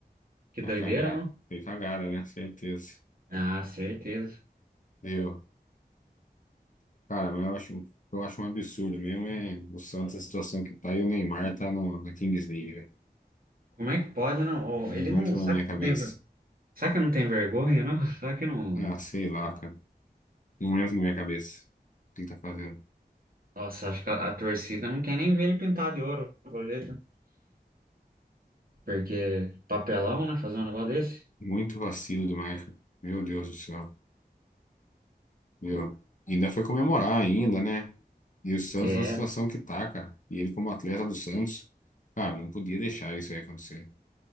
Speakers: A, on the right; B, on the left.
A: Que
B: Tá
A: doideira,
B: cagada.
A: não?
B: Foi cagada, né? Certeza.
A: Ah, certeza.
B: Viu? Cara, mas eu acho, eu acho um absurdo mesmo. É o Santos, a situação que tá e o Neymar tá no, na Kings League, velho.
A: Como é que pode, não?
B: Não
A: Ô, ele não,
B: entra
A: sabe
B: na minha
A: que
B: cabeça.
A: não tem, ver- sabe que não tem vergonha, não? <laughs> Sabe que não.
B: Ah, sei lá, cara. Não entra na minha cabeça. O que ele tá fazendo?
A: Nossa, acho que a, a torcida não quer nem ver ele pintar de ouro, pelo jeito. Porque papelão, né? Fazer um negócio desse.
B: Muito vacilo do Michael. Meu Deus do céu. Meu. Ainda foi comemorar ainda, né? E o Santos
A: É,
B: na situação que tá, cara. E ele como atleta do Santos, cara, não podia deixar isso aí acontecer.